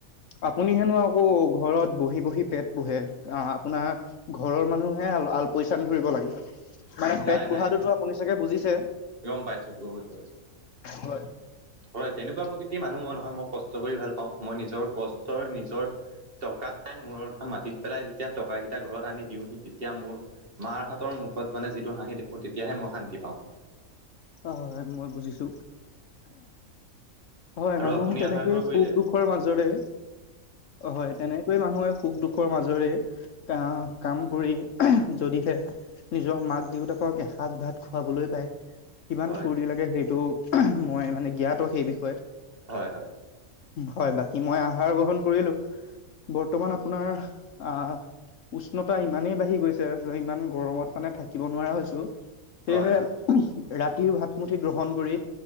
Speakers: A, on the left; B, on the right.
A: আপুনি হেনো আকৌ ঘৰত বহি বহি পেট পোহে, আহ আপোনাৰ ঘৰৰ মানুহে আল পৈচান ধৰিব লাগে। মানে পেট
B: নাই
A: পোহাতোটো
B: নাই
A: আপুনি চাগে বুজিছে
B: গম পাইছো বহুত পাইছো
A: হয়।
B: হয় তেনেকুৱা প্ৰকৃতিৰ মানুহ মই নহয়, মই কষ্ট কৰি ভাল পাওঁ, মই নিজৰ কষ্টৰ নিজৰ টকা <unintelligible> মূৰৰ ঘাম মাটিত পেলাই যেতিয়া টকাকেইটা ঘৰত আনি দিওহি তেতিয়া মোৰ মাৰ হাতৰ মুখত মানে যি হাঁহি দেখো তেতিয়াহে মই শান্তি পাওঁ
A: হয় হয় হয় মই বুজিছো হয়
B: আৰু
A: মানুহ
B: আপুনি
A: তেনেকে
B: আহাৰ ঘৰ কৰিলে
A: সুখ দুখৰ মাজেৰে অ হয় তেনেকৈ মানুহে সুখ দুখৰ মাজৰে কাঁহত কাম কৰি যদিহে নিজৰ মাক-দেউতাকক এসাঁজ ভাত খুৱাবলৈ পায়। কিমান
B: হয়
A: ফূৰ্তি লাগে সেইটো মই মানে জ্ঞাত সেই বিষয়ে।
B: হয়, হয়।
A: হয়, বাকী মই আহাৰ গ্ৰহণ কৰিলোঁ বৰ্তমান আপোনাৰ অহ উষ্ণতা ইমানেই বাঢ়ি গৈছে যে ইমান গৰমত মানে থাকিব নোৱাৰা হৈছো। সেয়েহে
B: হয় হয়
A: ৰাতিৰ ভাতমুঠি গ্ৰহণ কৰি,